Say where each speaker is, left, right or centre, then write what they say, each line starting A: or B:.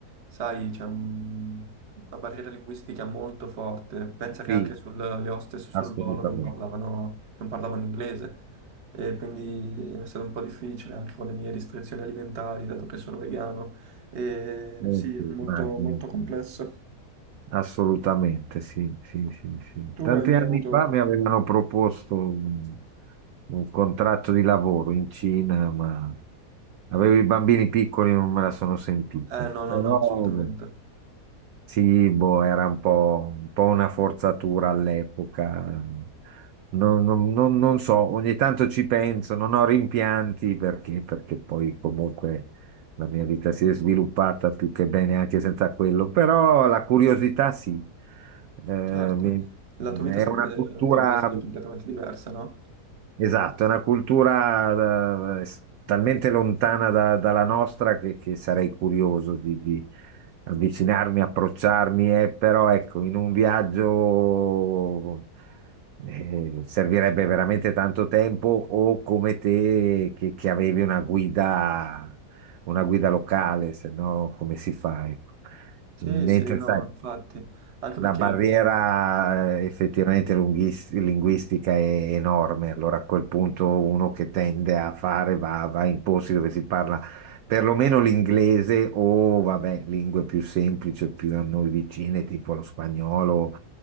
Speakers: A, on the right (about 45°); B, on the right (about 70°).
A: sai, c'è un- una barriera linguistica molto forte. Pensa che
B: sì,
A: anche sul, le hostess sul
B: assolutamente.
A: volo non parlavano, non parlavano inglese. E quindi è stato un po' difficile anche con le mie restrizioni alimentari, dato che sono vegano. E
B: Eh,
A: sì,
B: sì, immagino.
A: molto, molto complesso.
B: Sì. Assolutamente, sì, sì, sì, sì.
A: Tu
B: Tanti
A: hai mai
B: anni
A: avuto...
B: fa mi avevano proposto un, un contratto di lavoro in Cina, ma avevo i bambini piccoli e non me la sono sentita.
A: Eh, no,
B: Però
A: no, no, assolutamente.
B: sì, boh, era un po', un po' una forzatura all'epoca. Non, non- non- non so, ogni tanto ci penso, non ho rimpianti perché, perché poi comunque la mia vita si è sviluppata più che bene anche senza quello, però la curiosità sì. Eh,
A: Certo,
B: mi-
A: la tua vita
B: è
A: sarebbe
B: una cultura.
A: potuta essere completamente diversa, no?
B: Esatto, è una cultura eh, s- talmente lontana da- dalla nostra che, che sarei curioso di, di avvicinarmi, approcciarmi, eh, però ecco, in un viaggio eh, servirebbe veramente tanto tempo o come te che, che avevi una guida, una guida locale, se no come si fa? Ecco.
A: Sì,
B: Mentre
A: sì, no,
B: sai.
A: infatti. Anche
B: La
A: perché
B: barriera eh, effettivamente lunghis- linguistica è enorme, allora a quel punto uno che tende a fare va, va in posti dove si parla perlomeno l'inglese o vabbè, lingue più semplici, più a noi vicine, tipo lo spagnolo,